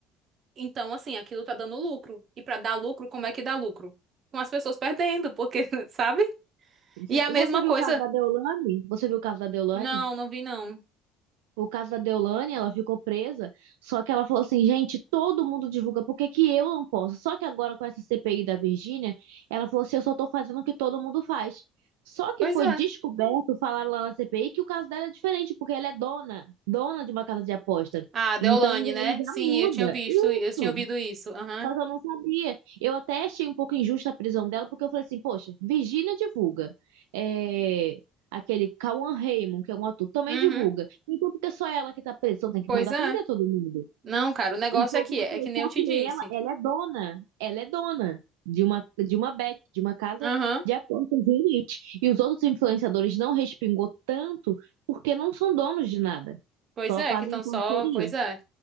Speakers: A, on the right (about 50°); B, on the right (about 85°).
A: Então, assim, aquilo tá dando lucro. E pra dar lucro, como é que dá lucro? Com as pessoas perdendo, porque, <laughs> sabe?
B: Com cer-
A: E a mesma
B: Você viu
A: coisa.
B: o caso da Deolane? Você viu o caso da Deolane?
A: Não, não vi não.
B: O caso da Deolane, ela ficou presa, só que ela falou assim, gente, todo mundo divulga, por que que eu não posso? Só que agora com essa CPI da Virgínia, ela falou assim, eu só tô fazendo o que todo mundo faz. Só que
A: Pois
B: foi
A: é.
B: descoberto, falaram lá na CPI, que o caso dela é diferente, porque ela é dona, dona de uma casa de aposta.
A: Ah, Deolane,
B: Então
A: né?
B: aí já
A: Sim,
B: muda.
A: eu tinha visto,
B: Isso.
A: eu tinha ouvido isso. Aham.
B: Só que eu não sabia. Eu até achei um pouco injusta a prisão dela, porque eu falei assim, poxa, Virgínia divulga. É, Aquele Cauan Raymond, que é um ator, também
A: Uhum.
B: divulga. Então, porque é só ela que tá presa, então tem que
A: Pois
B: mandar
A: é.
B: prender todo mundo.
A: Não, cara, o negócio
B: Então,
A: é que
B: como
A: é
B: eu falei,
A: é que nem
B: só
A: eu te
B: que
A: disse.
B: ela, ela é dona. Ela é dona de uma, de uma bet, de uma casa
A: Aham.
B: de apostas de elite. E os outros influenciadores não respingou tanto porque não são donos de nada.
A: Pois
B: Só
A: é,
B: fazem
A: que estão
B: parceria.
A: só, pois é.